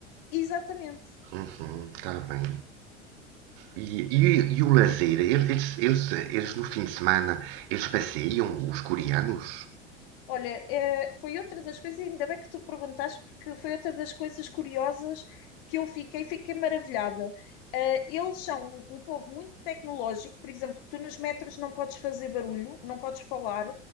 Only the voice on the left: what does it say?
Exatamente.
Olha, eh, foi outra das coisas, ainda bem que tu perguntaste, porque foi outra das coisas curiosas que eu fiquei, fiquei maravilhada. Eh, eles são um, um povo muito tecnológico, por exemplo, tu nos metros não podes fazer barulho, não podes falar,